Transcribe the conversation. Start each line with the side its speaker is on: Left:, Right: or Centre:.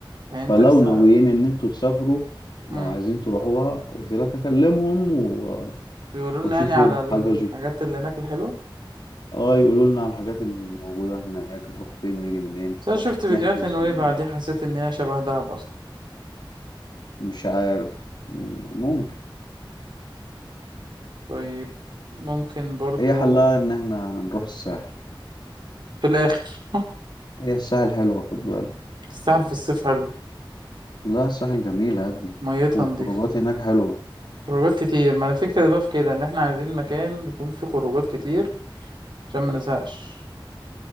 Right: يعني انت
Left: فلو
Right: لسه
Left: ناويين ان انتوا تسافروا لو
Right: امم
Left: عايزين تروحوها قلت لك اكلمهم و...
Right: بيقولوا لنا
Left: واشوفهم
Right: يعني على الحاجات
Left: حجزوا فين.
Right: اللي هناك الحلوه
Left: اه يقولوا لنا على الحاجات الموجوده هناك نروح فين ونيجي منين
Right: بس انا شفت فيديوهات
Left: نحجز
Right: لنويبع
Left: منين
Right: دي حسيت ان هي شبه دهب اصلا
Left: مش عارف ممكن
Right: طيب ممكن برضو
Left: هي حلها ان احنا نروح الساحل
Right: في الاخر
Left: هي الساحل حلوه خد بالك
Right: <laughs> الساحل في الصيف حلو
Left: لا الساحل جميله يا ابني
Right: ميتها
Left: والخروجات
Right: نضيفه
Left: هناك حلوه
Right: خروجات كتير ما انا فكرة بقى في كده ان احنا عايزين مكان يكون فيه خروجات كتير عشان ما نزهقش